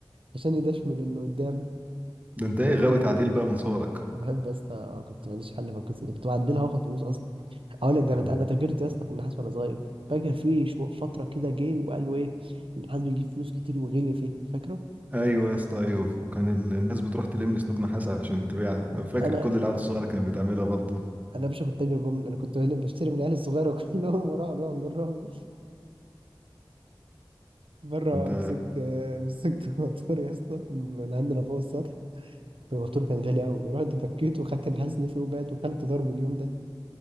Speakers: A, on the right (about 85°); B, on the right (about 15°).
A: عشان يدشمل اللي قدامي
B: ده انت ايه غاوي تعديل بقى من صغرك
A: بحب يا اسطى كنت ماليش حل في القصه دي كنت بعدلها واخد فلوس اصلا اقول لك ده انا
B: آه.
A: انا تاجرت يا اسطى في النحاس وانا صغير فاكر في شو- فتره كده جه وقالوا ايه النحاس بيجيب فلوس كتير وغلي فيه فاكره
B: ايوه يا اسطى ايوه كان ال- الناس بتروح تلم سلوك نحاس عشان تبيعها أنا فاكر
A: انا
B: كل العيال الصغيره كانت بتعملها برضه
A: انا يا باشا كنت تاجر جمله انا كنت <laughs> بشتري من العيال الصغيره كلهم <laughs> وراح ابيعهم للراجل مره
B: انت
A: مسكت مسكت <laughs> موتور يا اسطى من عندنا فوق السطح فالموتور كان غالي قوي رحت فكيته وخدت الحزن فيه وبعت وكلت ضرب اليوم ده